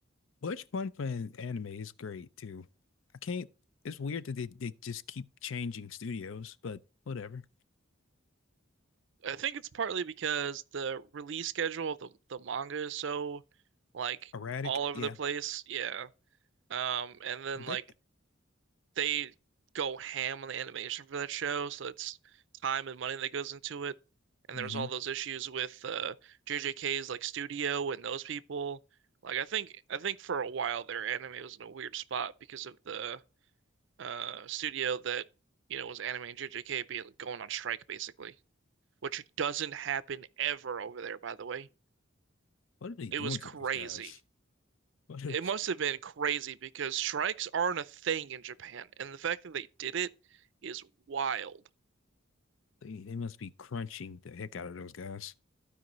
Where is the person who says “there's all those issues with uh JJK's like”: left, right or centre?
Right